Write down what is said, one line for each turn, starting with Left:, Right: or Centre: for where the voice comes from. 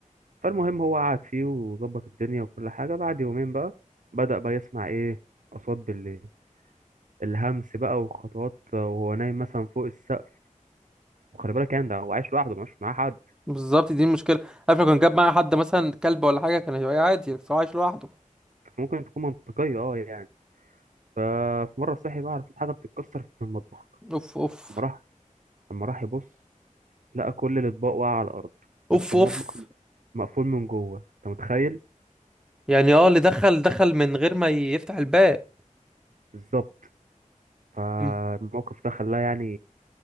Right: فالمهم هو قعد فيه وظبط الدنيا وكل حاجة بعد يومين بقى بدأ بقى يسمع إيه أصوات بالليل الهمس بقى وخطوات وهو نايم مثلا فوق السقف وخلي بالك يعني ده هو عايش لوحده مش معاه حد
Centre: بالظبط دي المشكله عارف لو كان جاب معايا حد مثلا كلب ولا حاجه كان هيبقى عادي بس هو عايش لوحده
Right: ممكن تكون منطقية اه يعني ففي مرة صحي بقى على صوت حاجة بتتكسر في المطبخ
Centre: اوف اوف
Right: لما راح لما راح يبص لقى كل الأطباق واقعة على الأرض
Centre: اوف
Right: بس المطبخ
Centre: اوف
Right: مقفول من جوه أنت متخيل
Centre: يعني اه اللي دخل دخل من غير ما يفتح الباب
Right: بالظبط فالموقف
Centre: مم.
Right: ده خلاه يعني